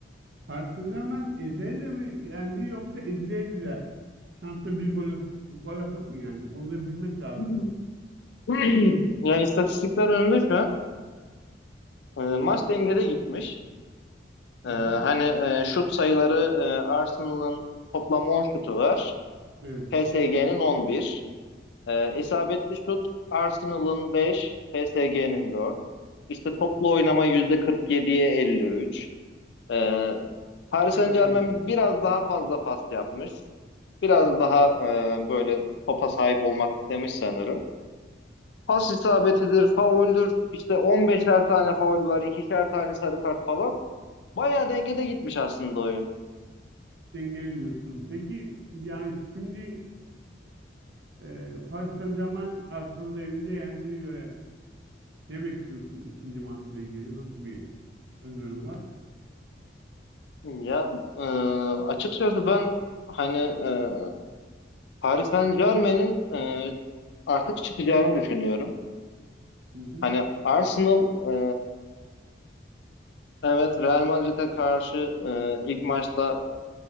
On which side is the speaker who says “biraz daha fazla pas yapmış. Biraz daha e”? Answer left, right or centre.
Left